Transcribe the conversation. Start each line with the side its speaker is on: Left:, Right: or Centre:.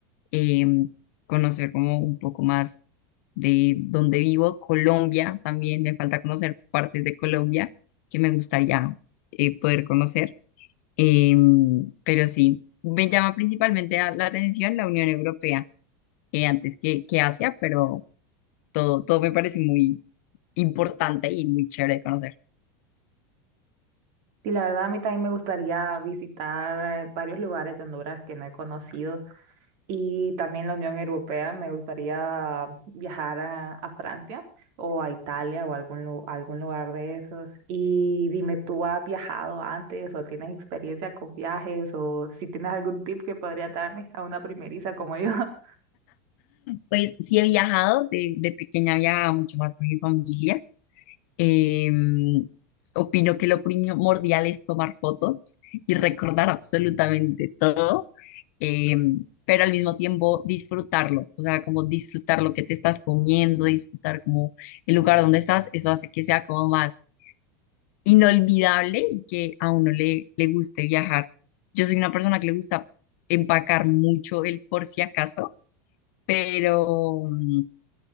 Left: em, conocer como un poco más de donde vivo, Colombia, también me falta conocer partes de Colombia que me gustaría eh, poder conocer, Em, pero sí, me llama principalmente a- la atención la Unión Europea eh, antes que, que Asia, pero todo, todo me parece muy importante y muy chévere de conocer.
Right: Y la verdad a mí también me gustaría visitar eh, varios lugares de Honduras que no he conocido. Y también la Unión Europea, me gustaría viajar a, a Francia o a Italia o a algún, lu- algún lugar de esos. Y dime, ¿tú has viajado antes o tienes experiencia con viajes o si tienes algún tip que podría darme a una primeriza como yo? <laughs>
Left: Pues sí he viajado, de, de pequeña viajaba mucho más con mi familia Em, opino que lo primordial es tomar fotos y recordar absolutamente todo, em, pero al mismo tiempo disfrutarlo, o sea, como disfrutar lo que te estás comiendo, disfrutar como el lugar donde estás, eso hace que sea como más inolvidable y que a uno le, le guste viajar. Yo soy una persona que le gusta empacar mucho el por si acaso, pero... mm,